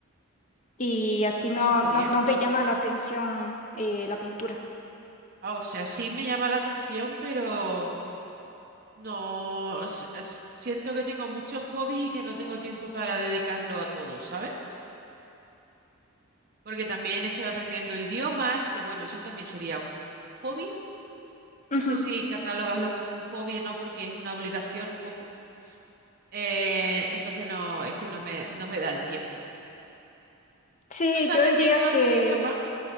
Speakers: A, on the left (about 35°); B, on the right (about 45°).
A: ¿Y a ti
B: está
A: no,
B: súper
A: no,
B: bien,
A: no te
B: vamos.
A: llama la atención eh, la pintura?
B: Ah, O sea, sí me llama la atención, pero no s- s- siento que tengo muchos hobbies y que no tengo tiempo para dedicarlo a todos, ¿sabes? Porque también estoy aprendiendo idiomas, que bueno, eso también sería un hobby.
A: Ujú,
B: No sé
A: ujú.
B: si catalogaslo como un hobby o no, porque es una obligación un poco. Eh, entonces no, es que no me, no me da el tiempo.
A: Sí,
B: ¿Tú estás
A: yo
B: aprendiendo
A: diría
B: algún
A: que
B: idioma?